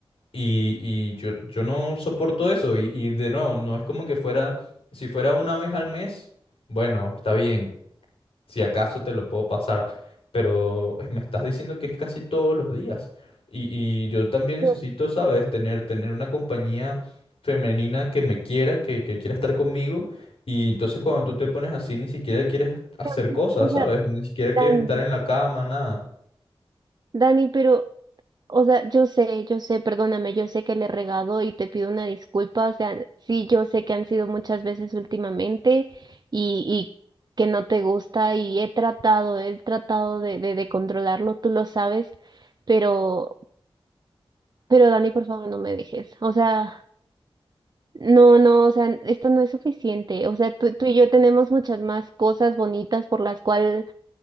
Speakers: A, on the left; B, on the right.
A: Y, y yo, yo no soporto eso. Y, y de nuevo, no es como que fuera, si fuera una vez al mes, bueno, está bien, si acaso te lo puedo pasar, pero me estás diciendo que es casi todos los días. Y, y yo también necesito,
B: yo-
A: ¿sabes? Tener, tener una compañía femenina que me quiera, que, que quiera estar conmigo. Y entonces cuando tú te pones así, ni siquiera quieres hacer
B: yo-
A: cosas,
B: o sea,
A: ¿sabes? Ni siquiera quieres
B: Dani,
A: estar en la cama, nada.
B: Dani, pero, o sea, yo sé, yo sé, perdóname, yo sé que le he regado y te pido una disculpa. O sea, sí, yo sé que han sido muchas veces últimamente y, y que no te gusta y he tratado, he tratado de, de, de controlarlo, tú lo sabes, pero. Pero Dani, por favor, no me dejes. O sea, no, no, o sea, esto no es suficiente. O sea, tú, tú y yo tenemos muchas más cosas bonitas por las cuales